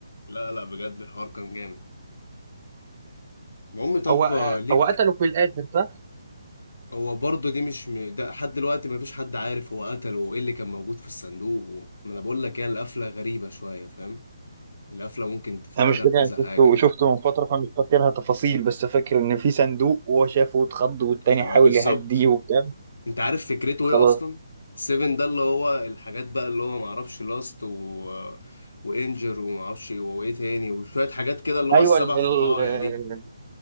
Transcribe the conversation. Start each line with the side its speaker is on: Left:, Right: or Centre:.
Left: لا لا بجد الحوار كان جامد المهم طب
Right: هو
Left: ليك
Right: هو قتله في الآخر صح؟
Left: هو برضه دي مش م... ده لحد دلوقتي مفيش حد عارف هو قتله وايه اللي كان موجود في الصندوق و... ما انا بقول لك هي القفله غريبه شويه فاهم القفله ممكن تفتكرها
Right: أنا مش فاكر
Left: بكذا
Right: أنا شفته
Left: حاجه
Right: شفته من فترة فمش فاكرها تفاصيل بس فاكر إن في صندوق وهو شافه واتخض والتاني
Left: ما
Right: حاول
Left: بالظبط
Right: يهديه وبتاع
Left: انت عارف فكرته
Right: خلاص
Left: ايه اصلا سيفن ده اللي هو الحاجات بقى اللي هو معرفش لاست و... وانجر ومعرفش وايه تاني وشويه حاجات كده اللي هو
Right: ايوه
Left: السبع
Right: ال
Left: خطايا
Right: ال-
Left: دي